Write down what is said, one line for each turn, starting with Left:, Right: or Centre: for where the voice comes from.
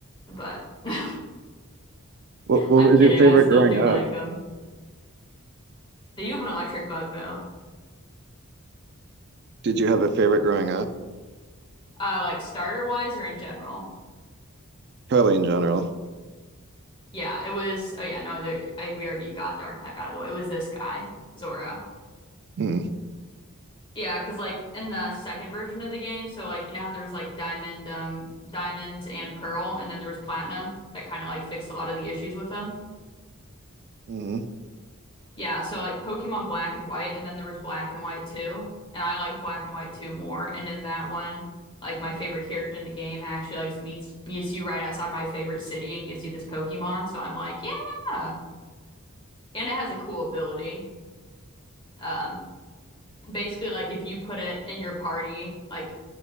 Left: But <laughs>
Right: What what
Left: I'm
Right: was
Left: kidding.
Right: your favorite
Left: I still
Right: growing
Left: do
Right: up?
Left: like them. They do have an electric bug though.
Right: Did you have a favorite growing up?
Left: Uh like starter wise or in general.
Right: Probably in general.
Left: Yeah, it was oh yeah, no, there I we already got dark type out of the way. It was this guy, Zora.
Right: Hmm.
Left: Yeah, because like in the second version of the game, so like you know how there was like diamond, um, diamond and pearl, and then there was platinum that kind of like fixed a lot of the issues with them.
Right: hmm
Left: Yeah, so like Pokemon Black and White, and then there was Black and White too, and I liked Black and White too more. And in that one, like my favorite character in the game actually like meets meets you right outside my favorite city and gives you this Pokemon. So I'm like, yeah, and it has a cool ability. Um, basically like if you put it in your party, like